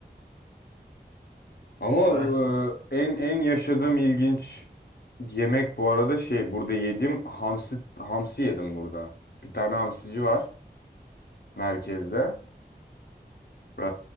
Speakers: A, on the left (about 70°); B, on the right (about 80°).
A: Ama
B: gayet iyi abi.
A: e, en en yaşadığım ilginç yemek bu arada şey burada yediğim hamsi hamsi yedim burada. Bir tane hamsici var merkezde. Ee,